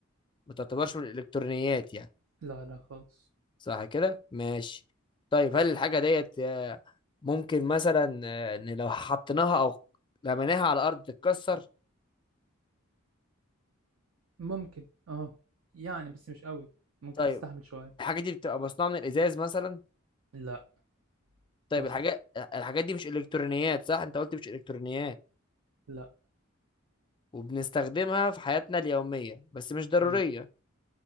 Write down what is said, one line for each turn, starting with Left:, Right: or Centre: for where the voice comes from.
Left: ما تعتبرش من الإلكترونيات يعني
Right: لا لا خالص
Left: صح كده ماشي طيب هل الحاجة ديت آه، ممكن مثلا آه، إن لو حطيناها أو رميناها على الأرض تتكسر
Right: ممكن اه يعني بس مش قوي ممكن
Left: طيب
Right: تستحمل شوية
Left: الحاجة دي بتبقى مصنوعة من الإزاز مثلا
Right: لا
Left: طيب
Right: بلاستيك
Left: الحاجات الحاجات دي مش إلكترونيات صح أنت قلت مش إلكترونيات
Right: لا
Left: وبنستخدمها في حياتنا اليومية بس مش ضرورية
Right: مم.